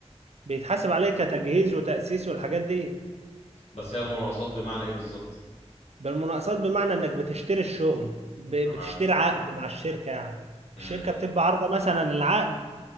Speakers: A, on the right; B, on the left.
A: بيتحاسب عليه كتجهيز وتأسيس والحاجات دي
B: بس هي المناقصات بمعنى ايه بالظبط
A: بالمناقصات بمعنى انك بتشتري الشغل ب-
B: تمام
A: بتشتري عقد مع الشركة يعني
B: امم
A: الشركة بتبقى عارضة مثلا العقد